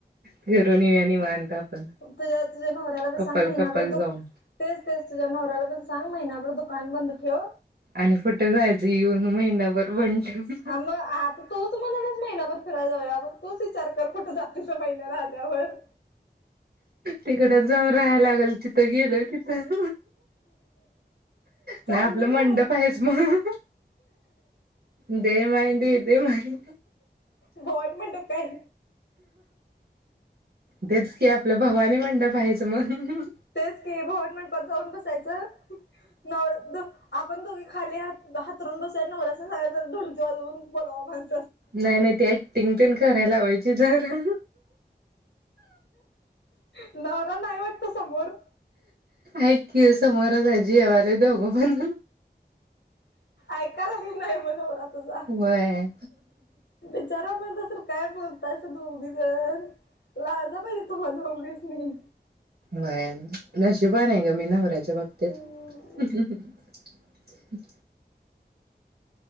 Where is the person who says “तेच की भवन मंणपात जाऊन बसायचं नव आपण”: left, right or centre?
Left